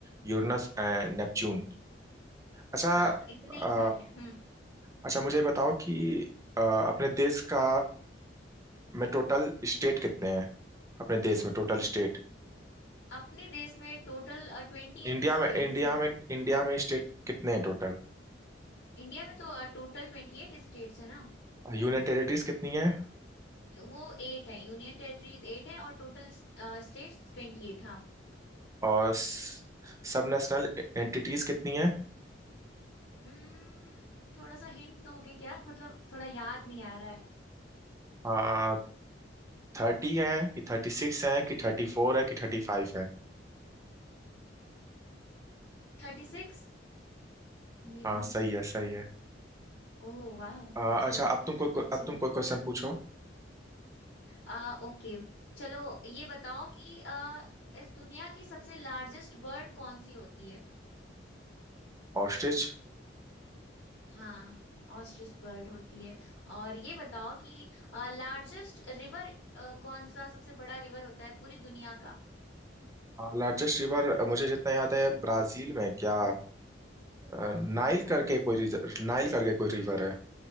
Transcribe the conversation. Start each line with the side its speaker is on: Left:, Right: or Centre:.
Right: Uranus and Neptune अच्छा
Left: हाँ इतने
Right: अ,
Left: ही सारे हैं हम्म
Right: अच्छा मुझे ये बताओ कि अ, अपने देश का में टोटल स्टेट कितने हैं अपने देश में टोटल स्टेट
Left: अपने देश में टोटल ट्वेंटी एट
Right: इंडिया
Left: स्टेट्स
Right: में इंडिया
Left: हैं
Right: में इंडिया में स्टेट कितने हैं टोटल
Left: इंडिया में तो टोटल ट्वेंटी एट स्टेट्स है ना
Right: यूनियन टेरिटरीज कितनी है
Left: वो एट है यूनियन टेरिटरीज एट है और टोटल स्टेट्स ट्वेंटी एट हाँ
Right: और सब नेशनल एंटिटीज कितनी है
Left: Hmm, थोड़ा सा हिंट दोगे क्या मतलब थोड़ा याद नहीं आ रहा है
Right: हाँ थर्टी है कि थर्टी सिक्स है कि थर्टी फोर है कि थर्टी फाइव है
Left: थर्टी सिक्स मे
Right: हाँ
Left: बी
Right: सही है सही है
Left: ओह वाह
Right: आ,
Left: चलो
Right: अच्छा अब तुम कोई को,
Left: अच्छा
Right: अब
Left: है।
Right: तुम कोई क्वेश्चन पूछो
Left: आ, ओके चलो ये बताओ कि अ, इस दुनिया की सबसे लार्जेस्ट बर्ड कौन सी होती है
Right: ऑस्ट्रिच
Left: हाँ ऑस्ट्रिच बर्ड होती है और ये बताओ कि लार्जेस्ट रिवर कौन सा सबसे बड़ा रिवर होता है पूरी दुनिया का
Right: लार्जेस्ट रिवर मुझे जितना याद है ब्राजील में क्या
Left: हम्म
Right: अ,
Left: हाँ कौन
Right: नाइल
Left: सा
Right: करके कोई रिज- नाइल करके कोई रिवर है